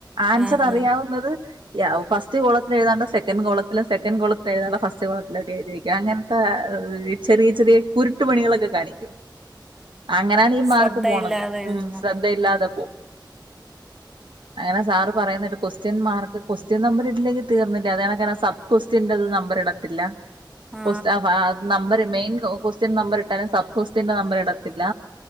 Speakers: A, on the right; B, in the centre.
A: ആൻസർ
B: ആ
A: അറിയാവുന്നത്
B: ആ
A: യാവും ഫസ്റ്റ് കോളത്തി ലെഴുതെണ്ടേ സെക്കൻ്റ് കോളത്തിലും സെക്കൻഡ് കോളത്തിൽ എഴുതേണ്ടേ ഫസ്റ്റ് കോ ളത്തിലൊക്കെ എഴുതി വെക്കും. അങ്ങനത്തെ ചെറിയ ചെറിയ കുരുട്ടു പണികളൊക്കെ കാണിക്കും. അങ്ങനാണ് ഈ മാർക്ക്
B: ശ്രദ്ധയില്ലാതെ
A: പോണത്.
B: എഴുതുന്നു
A: ഉം. ശ്രദ്ധയില്ലാതെ പോവും. അങ്ങനെ സാറ് പറയുന്നെ കേട്ടു ക്വസ്റ്റ്യൻ മാർക്ക് ക്വസ്റ്റ്യൻ നമ്പർ ഇട്ടില്ലെങ്കിൽ തീർന്നില്ലേ. അതെ കണക്കിന് സബ്ക്വസ്റ്റിന്റത് നമ്പരിടത്തില്ല.
B: ആ
A: <unintelligible> നമ്പരിട് മെയിൻ കോ ക്വസ്റ്റൻ നമ്പരിട്ടാലും സബ് ക്വസ്റ്റ്യന്റെ നമ്പരിടത്തില്ല.